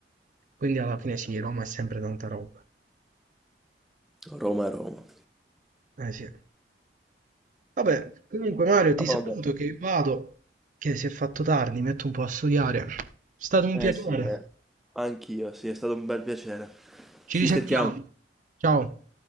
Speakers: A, on the right; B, in the centre.
A: Quindi alla fine sì, Roma è sempre tanta roba.
B: Roma è Roma.
A: Eh sì. Vabbè, comunque Mario ti
B: Ah, vabbè.
A: saluto che vado, che si è fatto tardi, mi metto un po' a studiare. È stato un
B: Eh
A: piacere.
B: sì, dai. Anch'io, sì, è stato un bel piacere.
A: Ci
B: Ci
A: risentiamo.
B: sentiamo.
A: Ciao.